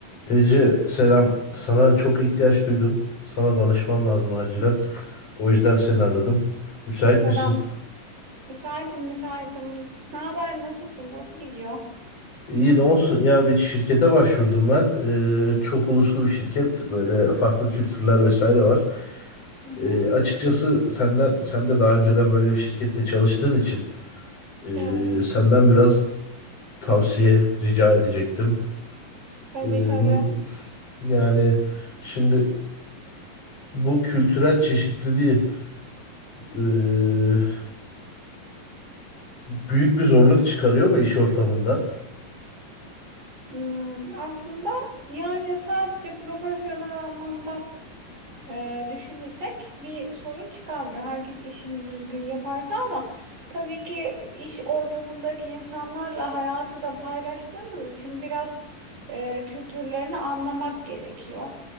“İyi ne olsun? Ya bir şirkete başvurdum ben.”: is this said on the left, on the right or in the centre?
Left